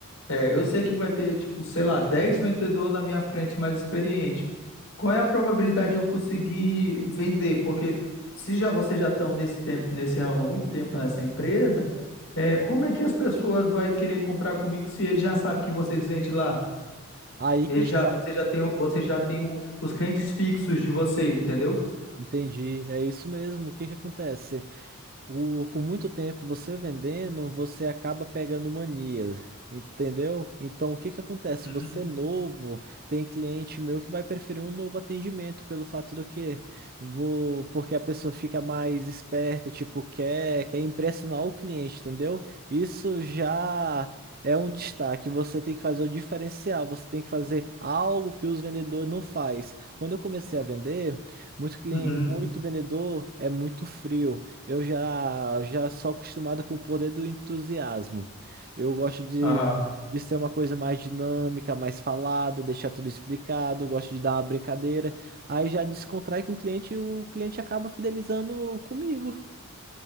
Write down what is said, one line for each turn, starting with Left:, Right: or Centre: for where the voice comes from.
Left: É, eu sei que vai ter, tipo, sei lá, 10 vendedores na minha frente mais experiente. Qual é a probabilidade de eu conseguir vender? Porque se já vocês já estão nesse tempo, nesse ramo há muito tempo nessa empresa, é, como é que as pessoas vão querer comprar comigo se eles já sabem que vocês vendem lá?
Right: Aí
Left: Ele
Right: que está.
Left: já, você já tem, o- você já tem o- os clientes fixos de vocês, entendeu?
Right: Entendi. É isso mesmo. O que que acontece? o- com muito tempo você vendendo, você acaba pegando mania entendeu? Então, o que que acontece?
Left: Uhum.
Right: Você é novo, tem cliente meu que vai preferir um novo atendimento pelo fato do que vou, porque a pessoa fica mais esperta, tipo, quer, quer impressionar o cliente, entendeu? Isso já é um destaque. Você tem que fazer o diferencial, você tem que fazer algo que os vendedores não faz. Quando eu comecei a vender, muito cliente,
Left: Uhum.
Right: muito vendedor é muito frio. Eu já já sou acostumado com o poder do entusiasmo. Eu gosto de,
Left: Aham.
Right: de ser uma coisa mais dinâmica, mais falada, deixar tudo explicado, gosto de dar uma brincadeira. Aí já descontrai com o cliente e o cliente acaba fidelizando comigo.